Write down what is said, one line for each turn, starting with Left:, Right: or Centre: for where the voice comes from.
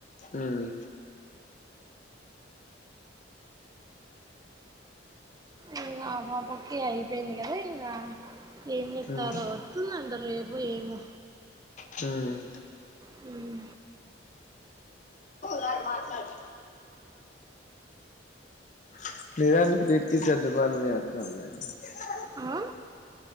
Left: హ్మ్
Right: ఇంగ ఆ పాపకి అయిపోయింది కదా ఇంగ ఏమ్ చెప్తారో
Left: ఉమ్
Right: వత్తుదంట రేపు ఏము
Left: హ్మ్
Right: హ్మ్
Left: గారు మాట్లాడు <unintelligible>
Right: ఆ